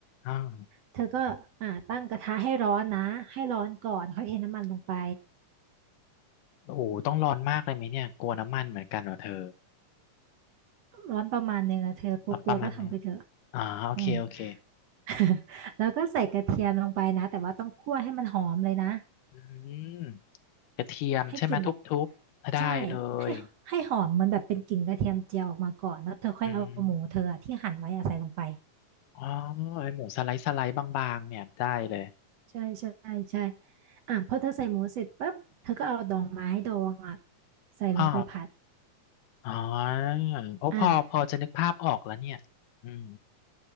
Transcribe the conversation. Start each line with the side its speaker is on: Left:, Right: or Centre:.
Left: อ้าว
Right: เธอก็อ่าตั้งกระทะให้ร้อนนะให้ร้อนก่อนค่อยเทน้ำมันลงไป
Left: โอ้โหต้องร้อนมากเลยไหมเนี่ยกลัวน้ำมันเหมือนกันเหรอเธอ
Right: ร้อนประมาณหนึ่งอะเธอกลัวๆก็ทำไปเถอะ
Left: เอาประมาณนี้อ๋อโอเคโอเค
Right: อืม <laughs> แล้วก็ใส่กระเทียมลงไปนะ แต่ว่าต้องคั่วให้มันหอมเลยนะ
Left: อืมกระเทียมใช่ไหมทุบๆถ้าได้เลย
Right: ให้กลิ่นแบบใช่ให้ให้หอมมันแบบเป็นกลิ่นกระเทียมเจียวออกมาก่อนแล้วเธอค่อยเอาหมูเธออะที่หั่นไว้อะใส่ลงไป
Left: อืมอ๋อไอหมูสไลด์สไลด์บางๆเนี่ยได้เลย
Right: ใช่ใช่ใช่ อ่ะพอเธอใส่หมูเสร็จปั๊บเธอก็เอาดองไม้ดองอ่ะใส่ลงไปผัด
Left: อ๋ออ๋อโอ้พอพอจะนึกภาพออกแล้วเนี่ยอืม
Right: อ่ะ